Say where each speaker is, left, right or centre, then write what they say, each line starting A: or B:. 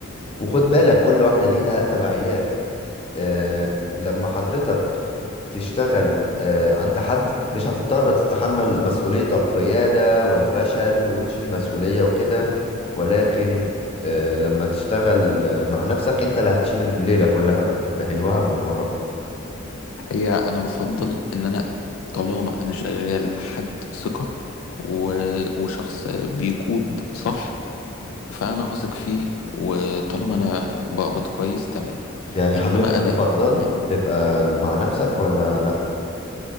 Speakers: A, on the left; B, on the left.
A: وخد بالك كل واحدة ليها تبعيات آه، لما حضرتك تشتغل آه، عند حد مش هتضطر تتحمل مسؤولية القيادة والفشل وتشيل مسؤولية وكده ولكن آه، لما تشتغل آه، مع نفسك انت اللي هتشيل الليلة كلها بقى بحلوها بمرها
B: هي انا بفضل ان انا طالما انا شغال مع حد ثقة و... وشخص بيقود صح فانا هثق فيه وطالما انا بقبض كويس تمام
A: يعني
B: انما
A: حضرتك
B: انا
A: تفضل
B: مم.
A: تبقى مع نفسك ولا لا